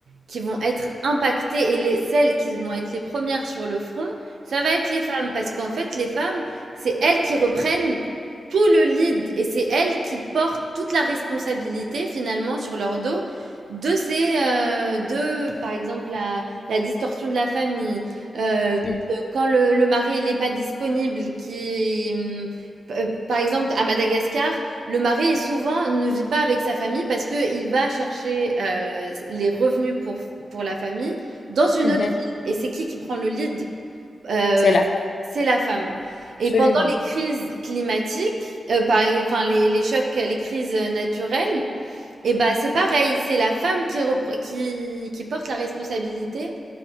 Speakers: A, on the right; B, on the left.
A: qui vont être impactées et les, celles qui vont être les premières sur le front, ça va être les femmes. Parce qu'en fait, les femmes, c'est elles qui reprennent tout le lead et c'est elles qui portent toute la responsabilité finalement sur leur dos de ces, euh, de, par exemple, la, la distorsion de la famille, euh, de-
B: Mhm.
A: quand le, le mari n'est pas disponible, qui, hum, p- euh, par exemple, à Madagascar, le mari est souvent ne vit pas avec sa famille parce qu'il va chercher, heu, les revenus pour pour la famille dans une
B: Mhm.
A: autre
B: Mhm.
A: ville et c'est qui qui prend le lead? Heu,
B: C'est là,
A: c'est la femme et
B: absolument.
A: pendant les crises climatiques, heu, par enfin les les chocs, les crises, naturelles et ben c'est pareil, c'est la femme qui repre qui qui porte la responsabilité